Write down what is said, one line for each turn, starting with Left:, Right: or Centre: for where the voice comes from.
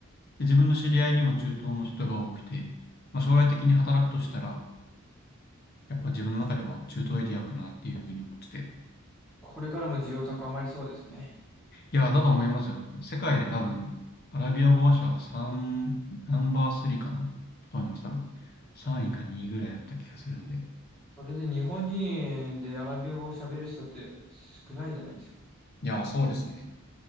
Left: 自分の知り合いにも中東の人が多くて、まあ、将来的に働くとしたら、やっぱ自分の中では中東エリアかなっていうふうに思ってて。
Centre: これからも需要高まりそうですね。
Left: いや、だと思いますよ。世界で多分、アラビア語話者は3、ナンバー3かなだと思います、多分。3位か2位ぐらいだった気がするんで。い
Centre: それで日本人でアラビア語を喋る人って少ないじゃないですか。
Left: や、そうですね。